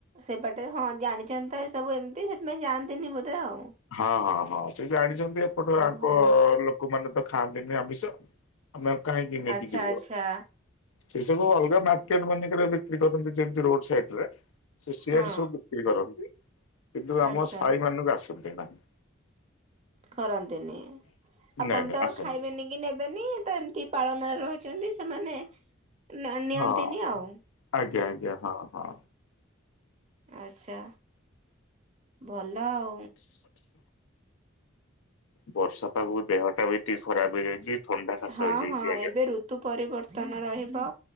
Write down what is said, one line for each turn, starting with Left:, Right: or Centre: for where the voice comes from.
Right: ସେପାଟେ ହଁ ଜାଣିଛନ୍ତି ତ ଏସବୁ ଏମିତି ସେଥିପାଇଁ ଜାଆନ୍ତିନି ବୋଧେ ଆଉ।
Left: ହଁ ହଁ ହଁ ସେ ଜାଣିଛନ୍ତି ଏପଟ
Right: ଓହୋ
Left: ଆଙ୍କ ଲୋକମାନେ ତ ଖାଆନ୍ତିନି ଆମିଷ। ଆମେ ଆଉ କାହିଁକି ନେଇକି
Right: ଆଚ୍ଛା
Left: ଯିବୁ
Right: ଆଚ୍ଛା
Left: ଆଉ। ସେ ସବୁ ଅଲଗା ମାର୍କେଟ ମାନିକରେ ବିକ୍ରି କରନ୍ତି ଯେମିତି ରୋଡ ସାଇଟରେ। ସେ ସିଆଡେ
Right: ହଁ
Left: ସବୁ ବିକ୍ରି କରନ୍ତି। କିନ୍ତୁ ଆମ
Right: ଆଚ୍ଛା।
Left: ସାହି ମାନଙ୍କୁ ଆସନ୍ତି ନାହିଁ।
Right: କରନ୍ତିନି ଆପଣ
Left: ନାଇଁ ନାଇଁ
Right: ତ
Left: ଆସନ୍ତି
Right: ଖାଇବେନି। କି ନେବେନି ତ ଏମିତି ପାଳଙ୍ଗରେ ରହିଛନ୍ତି ସେମାନେ ନା ନିଅନ୍ତିନି
Left: ହଁ
Right: ଆଉ।
Left: ଆଜ୍ଞା ଆଜ୍ଞା ହଁ ହଁ।
Right: ଆଛା ଭଲ ଆଉ।
Left: ବର୍ଷା ପାଗକୁ ଦେହଟା ବି ଟିକେ ଖରାପ ହେଇଯାଇଛି ଥଣ୍ଡା କାଶ
Right: ହଁ
Left: ହେଇଯାଇଛି
Right: ହଁ
Left: ଆଜ୍ଞା।
Right: ଏବେ ଋତୁ ପରିବର୍ତ୍ତନ ରହିବ।